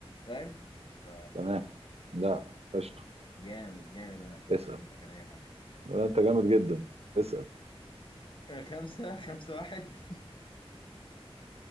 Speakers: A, on the left; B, on the right.
A: فاهم؟ ف
B: تمام لا قشطه
A: جامد جامد أنا خلي
B: اسال
A: في علمك على أي حد
B: لا، انت جامد جدا اسال
A: آه، خمسة خمسة واحد